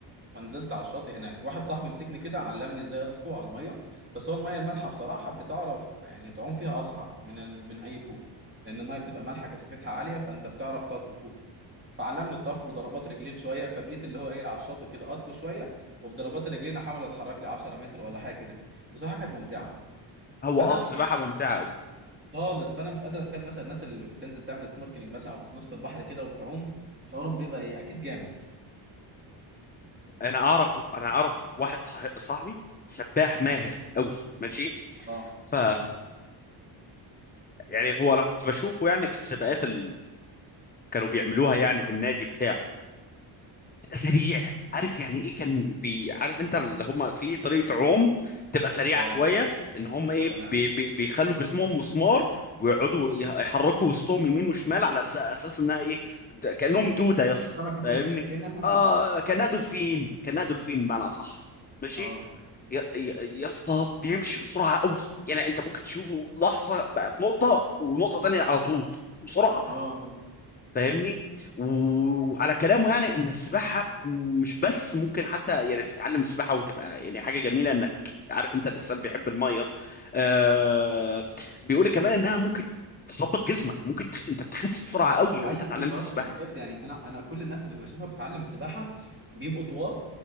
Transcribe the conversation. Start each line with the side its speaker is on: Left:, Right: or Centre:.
Right: فنزلت على الشاطئ هناك واحد صاحبي مسكني كده علمني ازاي اطفو على الميه بس هو الميه المالحه بصراحه بتعرف يعني تعوم فيها اسرع من ال- من اي بول لان الميه بتبقى مالحه كثافتها عاليه فانت بتعرف تطفو فوق فعلمني الطفو وضربات رجلين شويه فبقيت اللي هو ايه على الشاطئ كده اطفو شويه وبضربات الرجلين احاول اتحرك لي 10 متر ولا حاجه كده بصراحه كانت ممتعه
Left: هو
Right: فانا
Left: اه السباحه
Right: يعني
Left: ممتعه قوي
Right: خالص فانا مش قادر اتخيل مثلا الناس اللي بتنزل تعمل سنوركلينج مثلا او في نص البحر كده وبتعوم شعورهم بيبقى ايه اكيد جامد
Left: انا اعرف انا اعرف واحد صح... صاحبي سباح ماهر قوي ماشي
Right: اه
Left: ف
Right: تمام
Left: يعني هو انا كنت بشوفه يعني في السباقات اللي كانوا بيعملوها يعني في النادي بتاعه سريع عارف يعني ايه كان بي عارف انت اللي هم في طريقه عوم بتبقى سريعه
Right: اه
Left: شويه ان هم ايه
Right: تمام
Left: بي بي بيخلوا جسمهم مسمار ويقعدوا يح- يحركوا وسطهم يمين وشمال على أس- اساس انها ايه د- كانهم دوده يا اسطى
Right: سمكة
Left: فاهمني
Right: قرش كأنها سمكة
Left: اه
Right: قرش
Left: كانها دولفين كانها دولفين بمعنى صح ماشي
Right: اه
Left: يا يا- يا اسطى بيمشي بسرعه قوي يعني انت ممكن تشوفه لحظه بقى في نقطه ونقطه تانية على طول بسرعه
Right: اه آه.
Left: فاهمني وعلى كلامه يعني ان السباحه مش بس ممكن حتى يعني تتعلم السباحه وتبقى يعني حاجه جميله انك عارف انت الانسان بيحب الميه آه بيقول لي كمان انها ممكن تظبط جسمك ممكن تخ... انت بتخس بسرعه قوي لو
Right: ايوه
Left: انت اتعلمت
Right: ايوه يا
Left: السباحه
Right: اسطى ده بجد يعني انا انا كل الناس اللي بشوفها بتتعلم السباحه بيبقوا طوال